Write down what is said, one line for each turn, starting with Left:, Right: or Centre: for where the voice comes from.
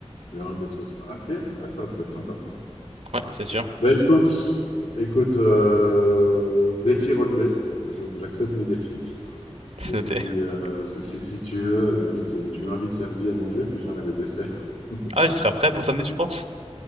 Left: l'heure de tous. Ah, ok, ouais, ça peut être sympa ça.
Right: Ouais, c'est sûr.
Left: Ben écoute, écoute, euh, défi relevé. Je- J'accepte le défi.
Right: C'est
Left: Et
Right: noté.
Left: puis,
Right: <laughs>
Left: euh, si, si- si tu veux, limite, tu m'invites samedi à manger, puis je ramène le dessert. <laughs>
Right: Ah, tu seras prêt pour samedi, tu penses?